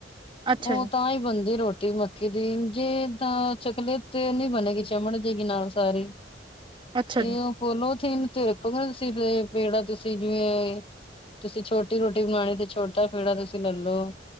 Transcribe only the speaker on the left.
ਉਹ
ਤਾਂ ਹੀ ਬਣਦੀ ਰੋਟੀ ਮੱ ਮੱਕੀ ਦੀ ਜੇ ਤਾਂ ਚੱਕਲੇ ਤੇ ਨਹੀਂ ਬਣੇਗੀ ਚਮੜ ਜਾਏਗੀ ਨਾਲ ਸਾਰੀ।
ਏ
ਓ ਪੋਲੋਥੀਨ ਚ ਰੱਖੋਗੇ ਨਾ ਤੁਸੀਂ ਪੇੜਾ ਤੁ ਤੇ ਜਿਵੇਂ ਤੁਸੀਂ ਛੋਟੀ ਰੋਟੀ ਬਣਾਉਣੀ ਤੇ ਛੋਟੀ ਛੋਟਾ ਪੇੜਾ ਤੁਸੀਂ ਲੈ ਲਉ,